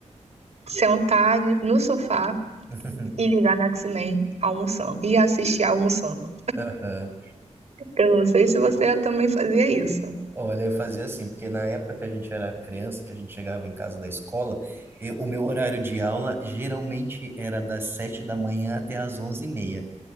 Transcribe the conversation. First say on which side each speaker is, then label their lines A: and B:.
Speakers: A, on the right; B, on the right.
A: sentar de- no sofá
B: <laughs>
A: e ligar na X-Men almoçando e assistir almoçando.
B: Aham.
A: Eu não sei se você também fazia isso.
B: Olha, eu fazia assim, porque na época que a gente era criança, que a gente chegava em casa da escola, eu- o meu horário de aula geralmente era das sete da manhã até às onze e meia.